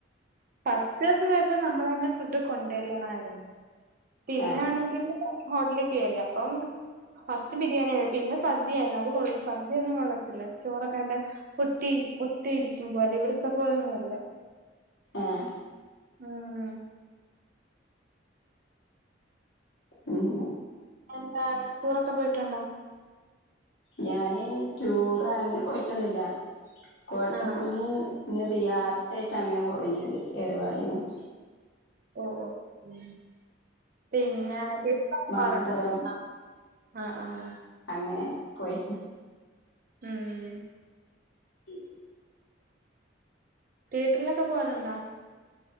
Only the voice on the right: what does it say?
പത്ത് ദിവസം വയപ്പോം നമ്മളന്നെ ഫുഡ് കൊണ്ടുവരണായിരുന്നു പിന്നൊണെങ്കില്
ഹോട്ടലിൽ കയറി അപ്പം. ഫസ്റ്റ് ബിരിയാണി ആയി പിന്നെ സദ്യയായിരുന്നു അത് കൊള് സദ്യൊന്നും കൊെള്ളത്തില്ല ചോറക്കാന്റെ. ഒട്ടിയിരി ഒട്ടിയിരിക്കുമ്പോല്ലേ ഇവിട്ത്തെ പോലെയൊന്നുമല്ല.
ഉം
എന്താണ് ടൂറൊക്കെ പോയിട്ടുണ്ടോ
ആഹ്
ഓഹ് ഓഹ് പിന്നെ <unintelligible>
കാണാറുണ്ടോ സിനിമ. ആഹ് ആഹ്.
ഉം
തിയേറ്ററിലൊക്കെ പോകാറുണ്ടോ